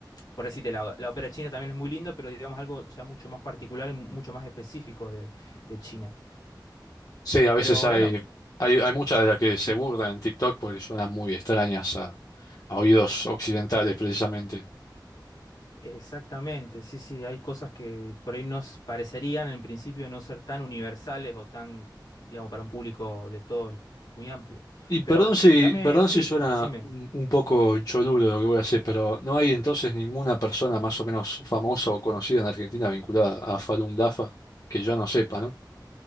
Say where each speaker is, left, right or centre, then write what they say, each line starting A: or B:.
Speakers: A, on the left (about 65°); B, on the left (about 50°).
A: por decirte, la, la ópera china también es muy linda, pero digamos algo ya mucho más particular y mucho más específico de, de China.
B: sí, a veces
A: Pero
B: hay,
A: bueno,
B: hay, hay muchas de las que se burlan en TikTok porque suenan muy extrañas a, a oídos occidentales precisamente.
A: Exactamente, sí, sí, hay cosas que por ahí nos parecerían en principio no ser tan universales o tan, digamos, para un público de todo el- muy amplio.
B: Y perdón
A: Pero
B: si,
A: dame,
B: perdón
A: sí,
B: si suena
A: decime.
B: un, un poco cholulo lo que voy a hacer, pero ¿no hay entonces ninguna persona más o menos famosa o conocida en Argentina vinculada a Falun Dafa que yo no sepa, ¿no?